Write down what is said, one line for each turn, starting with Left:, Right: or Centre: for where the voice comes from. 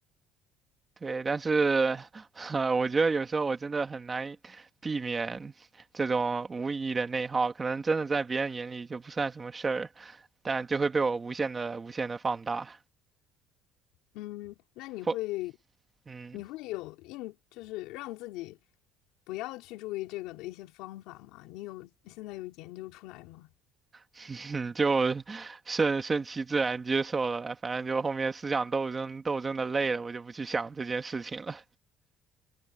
Right: 对，但是 <laughs> 呃我觉得有时候我真的很难避免这种无意义的内耗，可能真的在别人眼里就不算什么事儿，但就会被我无限的无限的放大，
Left: 嗯，那你会，
Right: 或嗯，
Left: 你会有应，就是让自己不要去注意这个的一些方法吗？你有，现在有研究出来吗？
Right: <laughs> 就顺顺其自然接受了，反正就后面思想斗争斗争的累了，我就不去想这件事情了。